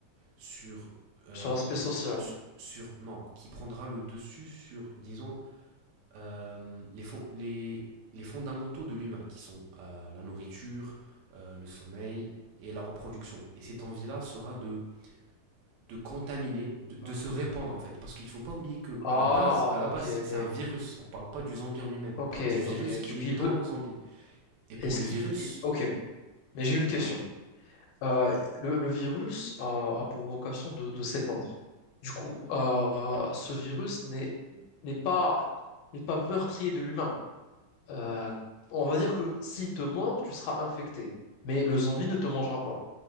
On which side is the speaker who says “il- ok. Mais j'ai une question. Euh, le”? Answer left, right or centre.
Left